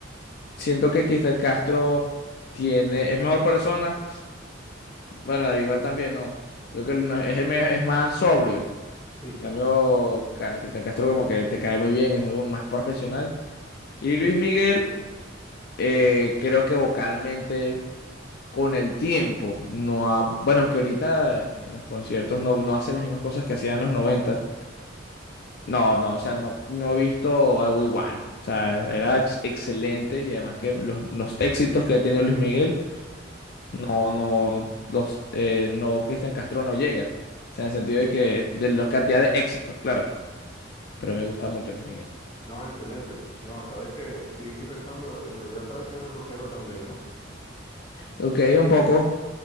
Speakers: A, on the left (about 55°); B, on the left (about 20°).
A: siento que Cristian Castro tiene, es mejor persona, bueno, David Bisbal también, no. Yo creo que no- es, el me- es más sobrio
B: Sí,
A: cambio, Ca- Cristian Castro como que te cae muy bien, es muy buen- más profesional. Y Luis Miguel, eh, creo que vocalmente con el tiempo no ha, bueno, aunque ahorita en los conciertos no, no hace las mismas cosas que hacía en los noventa No, no, o sea, no, no he visto algo igual. O sea, era ex- excelente y además que los, los éxitos que ha tenido Luis Miguel, no, no, los, eh, no, Cristian Castro no llega. O sea, en el sentido de que de la cantidad de éxitos, claro. Pero me gusta
B: claro.
A: mucho Luis Miguel.
B: No, excelente. No, sabes que, sí, aquí pensando, en realidad sabes que eres rockero también, ¿no?
A: Ok, un poco.